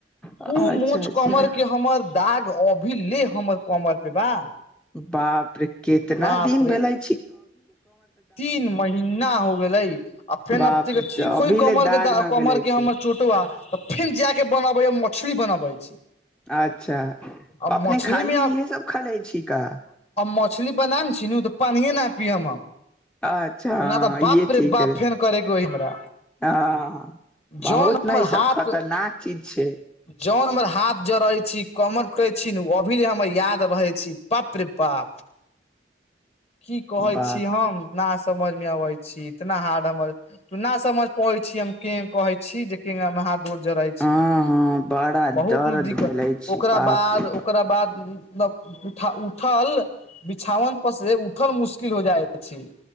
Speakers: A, in the centre; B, on the left.
A: अच्छा
B: ओ मोछ
A: अच्छा
B: कमर के हमर दाग अभी ले हमर कमर पे बा
A: बाप रे कितना
B: बाप
A: दिन
B: रे
A: भेलै
B: तीन महीना हो गेलै आ फेन
A: बाप
B: अब
A: रे
B: ठीक
A: तऽ अभी
B: होय
A: ले
B: कमर
A: दाग
B: के द
A: न
B: कमर
A: गेले
B: के हमर
A: छी
B: चोटवा तऽ फेन जाकऽ बनाबैया मछली बनाबै छी
A: अच्छा।
B: आ मछलीमे
A: अपने खाली इहे सब खा ले छी का
B: मछली बनाब छी तऽ पानि न पिय हम
A: अच्छा
B: नहि
A: हँ
B: तऽ बाप
A: ये ठीक
B: रे बाप
A: है
B: फेन करेके ओ हमरा
A: हँ बहुत
B: जौन
A: ने
B: हमर
A: ई सब
B: हाथ
A: खतरनाक चीज छै
B: जौन हमर हाथ ज रहै छै कमट कहै छी अभी हमर याद रहै छी बाप रे बाप कि कहै
A: बाप
B: छी हम न समझ मे अबै छी इतना हार्ड हमर। <unintelligible> न समझ पादे छै की हमरा हाथ
A: हँ हँ बड़ा
B: बहुत
A: दर्द
B: दिक्कत
A: भेले छी
B: ओकरा
A: बाप
B: बाद
A: रे
B: ओकरा बाद मतलब उठ उठल बिछावन पर से उठके उठल मुश्किल हो जाइत छै।